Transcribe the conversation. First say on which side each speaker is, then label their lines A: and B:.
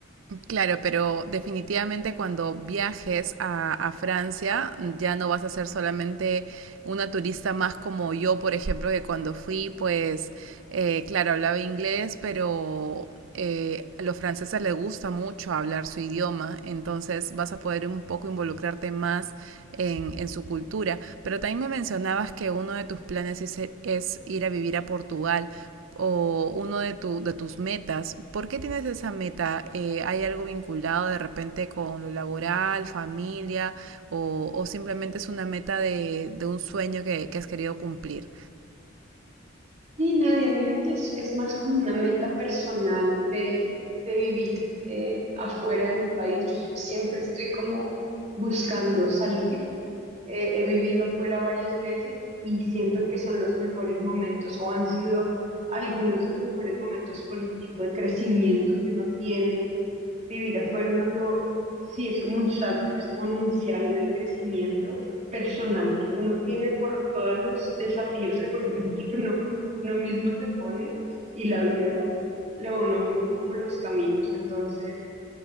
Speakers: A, on the right; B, on the right.
A: Claro, pero definitivamente cuando viajes a, a Francia mm, ya no vas a ser solamente una turista más como yo, por ejemplo, que cuando fui, pues, eh, claro, hablaba inglés, pero eh, a los franceses les gusta mucho hablar su idioma, entonces vas a poder un poco involucrarte más en, en su cultura. Pero también me mencionabas que uno de tus planes es, es ir a vivir a Portugal o uno de, tu, de tus metas. ¿Por qué tienes esa meta? Eh, ¿Hay algo vinculado de repente con lo laboral, familia o, o simplemente es una meta de, de un sueño que, que, has querido cumplir?
B: Y Nadia, mira que es, es más como una meta personal de, de vivir eh, afuera de mi país. Yo siempre estoy como buscando salir. Eh, he vivido afuera varias veces y siento que son los mejores momentos o han sido algunos de los mejores momentos por el tipo de crecimiento que uno tiene. Vivir afuera, uno lo, sí es como un salto exponencial en el crecimiento personal que uno tiene por todos los desafíos <laughs> seguramente que uno uno mismo se pone y la vida le va a uno abriendo como los caminos. Entonces,